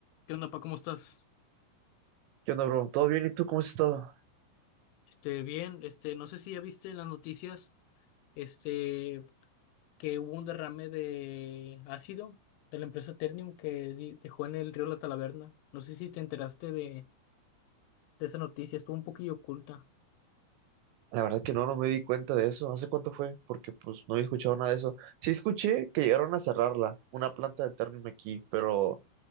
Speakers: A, on the left; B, on the right.
A: ¿Qué onda, pa? ¿Cómo estás?
B: ¿Qué onda, bro? ¿Todo bien? ¿Y tú cómo has estado?
A: Este, bien, este, no sé si ya viste en las noticias, este, que hubo un derrame de ácido de la empresa Ternium que di- dejó en el río La Talaverna. No sé si te enteraste de, de esa noticia, estuvo un poquillo oculta.
B: La verdad que no, no me di cuenta de eso. ¿Hace cuánto fue? Porque pues no había escuchado nada de eso. Sí escuché que llegaron a cerrarla, una planta de Ternium aquí, pero